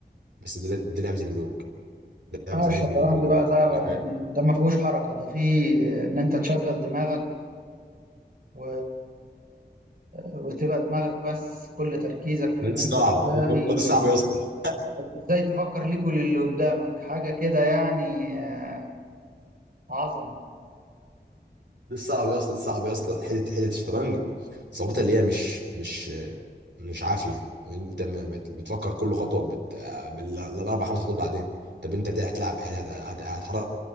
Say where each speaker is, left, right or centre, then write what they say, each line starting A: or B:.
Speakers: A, on the right (about 85°); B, on the right (about 55°).
A: بس ده ده لعبه الملوك ده لعبه
B: اه الشطرنج
A: الملوك الملوك الملوك
B: بقى ده
A: بقى.
B: يعني ده ما فيهوش حركه ده فيه آه، ان انت تشغل دماغك و... وتبقى دماغك بس كل تركيزك في
A: ده
B: ان
A: صعب
B: انت ازاي
A: ده صعب يا اسطى
B: ازاي تفكر ليك وللي قدامك حاجة كده يعني آه، عظمة
A: ده صعب يا اسطى ده صعب يا اسطى حته حته الشطرنج صعوبتها اللي هي مش مش مش عافيه انت ما بت- بتفكر كل خطوه بت... بالاربع خمس خطوات بعدين طب انت هت- هتلعب هت- هت- هتحرك